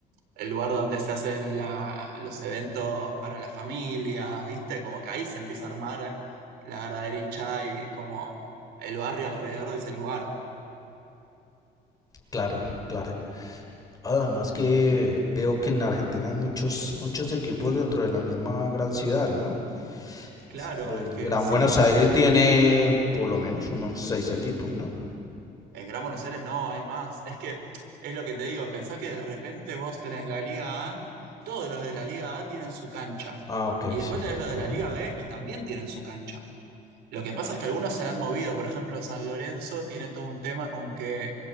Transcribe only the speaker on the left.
claro, claro. Además que veo que en Argentina hay muchos, muchos equipos dentro de la misma gran ciudad, ¿no?
Pues, El
Gran
Buenos Aires tiene por lo menos unos seis equipos, ¿no?
Ah, ok,
sí.
Ajá.